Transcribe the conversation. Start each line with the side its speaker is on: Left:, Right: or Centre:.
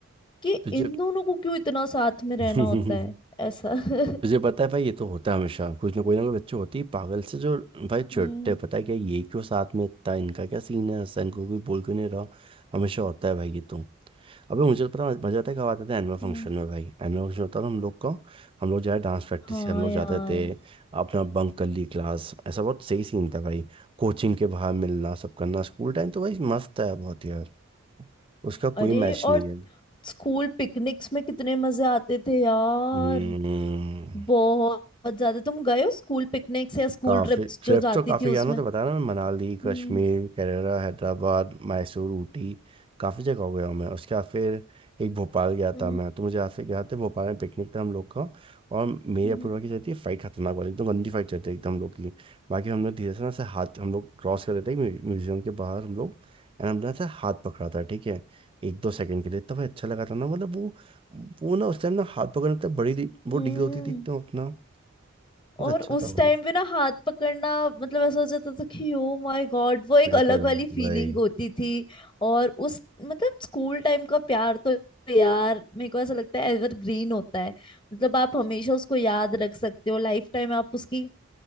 Left: कि
Right: तुझे
Left: इन दोनों को क्यों इतना साथ में रहना
Right: <laughs>
Left: होता है ऐसा <laughs>
Right: तुझे पता है भाई ये तो होता है हमेशा कुछ ना कोई ना कोई बच्चे होते ही पागल से जो भाई चिढ़ते
Left: हम्म
Right: हैं, पता है क्या ये क्यों साथ में इतना इनका क्या सीन है ऐसा इनको कोई बोल क्यों नहीं रहा हमेशा होता है भाई ये तो अबे मुझे तो पता मजा आता है कब आते थे एनुअल फंक्शन
Left: हम्म
Right: में भाई एनुअल फंक्शन होता था हम लोग का हम लोग जाए डांस प्रैक्टिस
Left: हाँ
Right: हम लोग
Left: यार
Right: जाते थे अपना बंक कर ली क्लास ऐसा बहुत सही सीन था भाई कोचिंग के बाहर मिलना सब करना स्कूल टाइम तो भाई मस्त है बहुत यार उसका कोई
Left: अरे
Right: मैच
Left: और
Right: नहीं है
Left: स्कूल पिकनिक्स में कितने मजे आते थे यार
Right: हम्म
Left: बहुत ज्यादा तुम गए हो स्कूल पिकनिक्स या स्कूल
Right: काफी
Left: ट्रिप्स
Right: ट्रिप
Left: जो जाती
Right: तो काफी
Left: थी
Right: गया
Left: उसमें
Right: ना तो बताया ना मैं मनाली कश्मीर
Left: हम्म
Right: केरला हैदराबाद मैसूर ऊटी काफी जगह हो गया हूँ मैं उसके बाद फिर एक भोपाल गया
Left: हम्म
Right: था मैं तो मुझे याद से गया था भोपाल में पिकनिक था हम लोग का और मेरी
Left: हम्म
Right: अपूर्वा की चलती थी फाइट खतरनाक वाली एकदम गंदी फाइट चलती थी एकदम हम लोग की बाकी हम लोग धीरे से ना ऐसे हाथ हम लोग क्रॉस कर रहे थे म्यू- म्यूजियम के बाहर हम लोग एंड हमने ऐसे हाथ पकड़ा था ठीक है एक दो सेकंड के लिए तब अच्छा लगा था ना मतलब वो वो ना उस टाइम ना हाथ पकड़ने तक बड़ी डी- वो
Left: हम्म
Right: डील होती थी एकदम अपना बहुत
Left: और
Right: अच्छा
Left: उस
Right: था वो
Left: टाइम पे ना हाथ पकड़ना मतलब ऐसा हो जाता था कि ओ माय गॉड वो एक
Right: क्या
Left: अलग
Right: करा
Left: वाली फीलिंग
Right: भाई
Left: होती थी और उस मतलब स्कूल टाइम का प्यार तो यार मेरे को ऐसा लगता है एवर ग्रीन होता है मतलब आप हमेशा उसको याद रख सकते हो लाइफ टाइम आप उसकी